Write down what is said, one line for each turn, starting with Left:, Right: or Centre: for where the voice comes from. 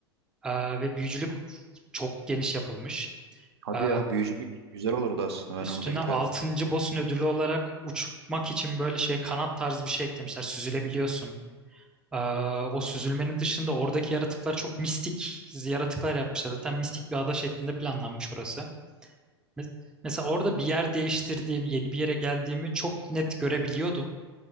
Centre: Ee, ve büyücülük çok geniş yapılmış.
Right: Hadi
Centre: Ee,
Right: ya büyücülük güzel olurdu aslında.
Centre: üstüne
Right: Ben onu beklerdim.
Centre: altıncı boss'un ödülü olarak uçmak için böyle şey kanat tarzı bir şey eklemişler. Süzülebiliyorsun. Ee, o süzülmenin dışında oradaki yaratıklar çok mistik yaratıklar yapmışlar. Zaten mistik bir ada şeklinde planlanmış orası. Mes- Mesela orada bir yer değiştirdiğimi, yeni bir yere geldiğimi çok net görebiliyordum.